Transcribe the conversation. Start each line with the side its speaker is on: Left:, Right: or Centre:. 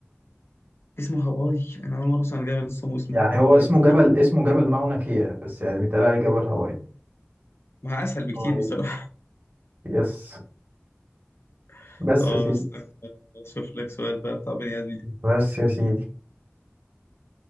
Left: <laughs> اسمه هواي انا اول مره اسمع عن جبل اسمه اسمه
Right: يعني
Left: حتى
Right: هو
Left: هواي
Right: اسمه
Left: ده
Right: جبل اسمه جبل ماونا كيا بس يعني بيتقال عليه جبل هاواي
Left: ما اسهل بكتير
Right: هاواي
Left: بصراحه
Right: يس
Left: <laughs>
Right: بس
Left: طب
Right: يا سيدي
Left: استنى اشوف لك سؤال بقى بتاع بني ادمين
Right: بس يا سيدي